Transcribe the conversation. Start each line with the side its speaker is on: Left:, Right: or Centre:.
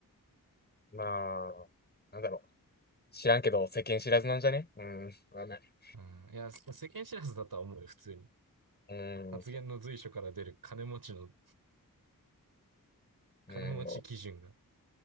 Left: まあ、なんだろう。知らんけど、世間知らずなんじゃねうん。わかんない。
Right: うん。いや、世間知らずだとは思うよ、普通に。
Left: うん。
Right: 発言の随所から出る金持ちの、金持ち基準が。
Left: うん。